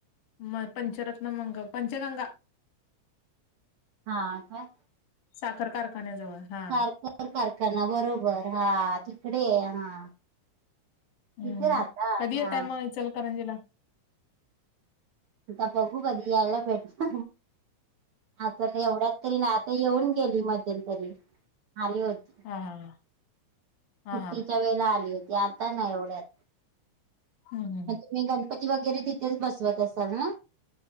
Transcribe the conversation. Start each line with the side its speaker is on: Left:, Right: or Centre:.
Left: म पंचरत्न मंग पंचगंगा
Right: हा काय?
Left: साखर कारखान्याजवळ. हा.
Right: साखर कारखाना बरोबर हा तिकडे हा.
Left: हम्म
Right: तिथे राहता
Left: कधी येताय
Right: हा
Left: मग इचलकरंजीला?
Right: आता बघू कधी यायला भेटत आता एवढा. तरी नाही आता येऊन गेली मध्यंतरी आली होती.
Left: हा हा हा हा
Right: सुट्टीच्या
Left: हा
Right: वेळेला आली होती आता ना एवढ्यात.
Left: हा हम ह.
Right: मी गणपती वगैरे तिथेच बसवत असाल ना.